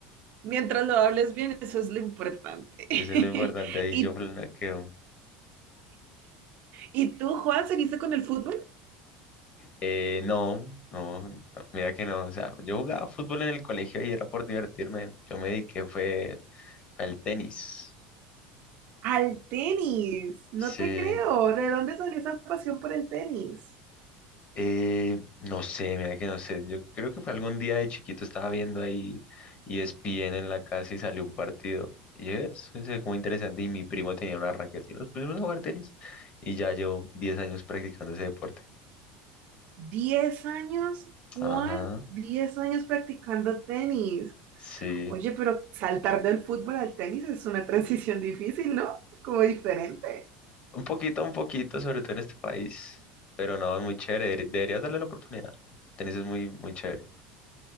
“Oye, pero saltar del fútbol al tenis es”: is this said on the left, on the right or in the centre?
Right